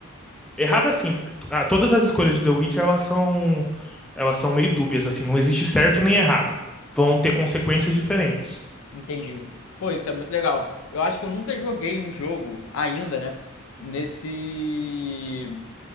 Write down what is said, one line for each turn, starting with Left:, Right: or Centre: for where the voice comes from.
Centre: Errada
Left: Pois,
Centre: assim, né? Ah, Todas as escolhas de The Witcher, elas são, elas são meio dúbias, assim. Não existe certo nem errado. Vão ter consequências diferentes.
Left: entendi. Pô, isso é muito legal. Eu acho que eu nunca joguei um jogo ainda, né? Nesse